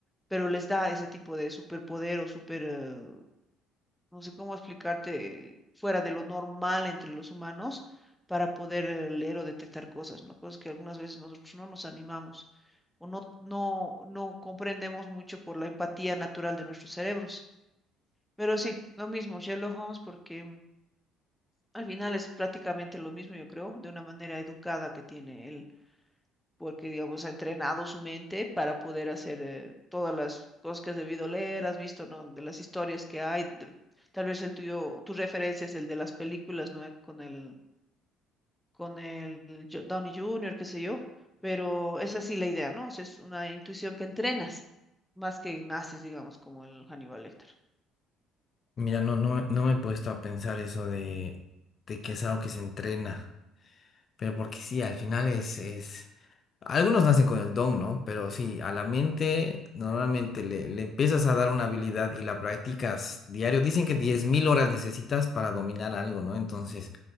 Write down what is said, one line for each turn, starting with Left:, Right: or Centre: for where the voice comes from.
Centre: pero les da ese tipo de superpoder o super eh, no sé cómo explicarte, fuera de lo normal entre los humanos para poder eh, leer o detectar cosas, ¿no? Cosas que algunas veces nosotros no nos animamos o no, no, no comprendemos mucho por la empatía natural de nuestros cerebros. Pero sí, lo mismo, Sherlock Holmes, porque mm, al final es prácticamente lo mismo, yo creo, de una manera educada que tiene él porque, digamos, ha entrenado su mente para poder hacer eh, todas las cosas que has debido leer, has visto, ¿no? De las historias que hay, de- tal vez el tuyo, tu referencia es el de las películas, ¿no? Con el, con el Jo- Downey Junior qué sé yo, pero es así la idea, ¿no? O sea, es una intuición que entrenas, más que naces, digamos, como el Hannibal Lecter.
Left: Mira, no, no, me- no me he puesto a pensar eso de, de que es algo que se entrena. Pero porque sí, al final es, es... Algunos nacen con el don, ¿no? Pero sí, a la mente normalmente le, le empiezas a dar una habilidad y la practicas diario. Dicen que 10.000 horas necesitas para dominar algo, ¿no? Entonces,